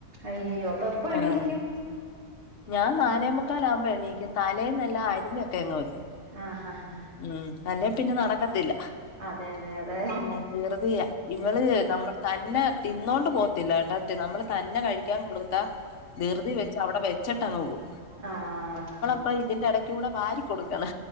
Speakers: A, on the right; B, on the left.
A: അയ്യയ്യോ അപ്പ എപ്പ എണീക്കും
B: ആഹ് ഞാൻ നാലേ മുക്കാലാകുമ്പൊ എണീക്കും തലേന്നെല്ലാം അരിഞ്ഞൊക്കെ അങ്ങ് വെക്കും
A: ആ ഹാ ഹാ
B: ഉം അല്ലേ പിന്നെ നടക്കത്തില്ല
A: അതെ അതെ അതെ
B: ആഹ് ദിറ്തിയാ ഇവള് നമ്മ തന്നെ തിന്നോണ്ട് പോകത്തില്ല കേട്ടൊ നമ്മള് തന്നെ കഴിക്കാൻ കൊടുത്താ ദൃതി വെ ച്ച അവിടെ വെച്ചിട്ടങ്ങ് പോകും
A: ആഹ്
B: ഇപ്പം ഇതിന്റെടക്കൂടെ വാരി കൊടുക്കണ്